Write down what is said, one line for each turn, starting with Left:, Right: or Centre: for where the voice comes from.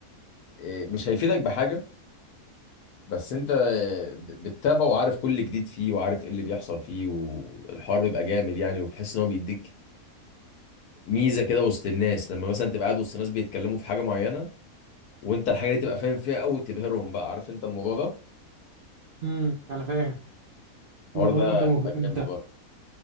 Left: إيه، مش هيفيدك بحاجة بس انت ب- بتتابعه وعارف كل جديد فيه وعارف ايه اللي بيحصل فيه والحوار بيبقى جامد يعني وبحس ان هو بيديك ميزة كده وسط الناس لما مثلا تبقى قاعد وسط الناس بيتكلموا في حاجة معينة وانت الحاجة دي تبقى فاهم فيها قوي تبهرهم بقى عارف انت الموضوع ده
Right: امم أنا فاهم
Left: الحوار
Right: اللي هو
Left: ده
Right: أنت مه...
Left: بيبقى
Right: أنت
Left: جامد برضه